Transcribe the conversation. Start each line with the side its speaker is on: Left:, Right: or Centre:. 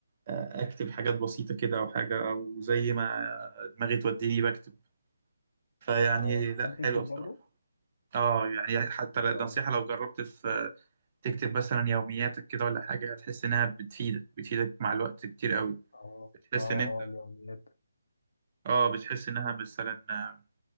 Right: آه، اكتب حاجات بسيطه كده او حاجه او زي ما دماغي توديني بكتب فيعني
Left: اه بتحب
Right: لا حلوه
Left: تكتب
Right: بصراحه
Left: برضه؟
Right: اه يعني حتى
Left: ما
Right: النصيحه
Left: شاء الله
Right: لو جربت في تكتب مثلا يومياتك كده ولا حاجه هتحس انها بتفيدك بتفيدك مع الوقت كتير قوي
Left: اه
Right: بتحس
Left: اه
Right: ان انت
Left: اه اليوميات
Right: اه بتحس انها مثلا آه،